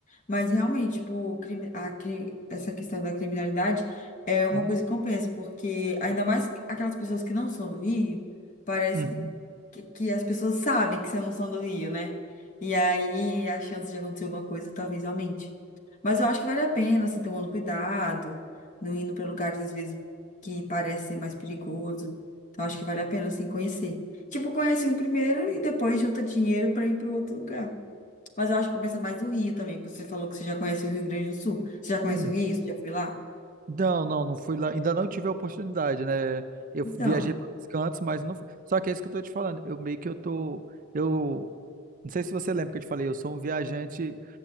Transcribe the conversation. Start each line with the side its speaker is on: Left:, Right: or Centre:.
Left: Mas realmente, tipo, o crime, a, cri- essa questão da criminalidade é uma
Right: uhum,
Left: coisa que compensa, porque ainda mais aquelas pessoas que não são do Rio, parece
Right: uhum,
Left: que, que, que as pessoas sabem que você não são do Rio, né? E aí a chance de acontecer alguma coisa talvez aumente. Mas eu acho que vale a pena, assim, tomando cuidado, não indo para lugares às vezes que parece mais perigoso. Então acho que vale a pena, assim, conhecer. Tipo, conhece um primeiro e depois junta dinheiro para ir para outro lugar. Mas eu acho que compensa mais o Rio também, porque você falou que você já conhece o Rio Grande do Sul. Você já conhece
Right: uhum.
Left: o Rio? Você já foi lá?
Right: Não, não, não fui lá. Ainda não tive a oportunidade, né? Eu
Left: Então,
Right: viajei para os cantos, mas não fui. Só que é isso que eu tô te falando. Eu meio que eu tô. Eu não sei se você lembra que eu te falei, eu sou um viajante,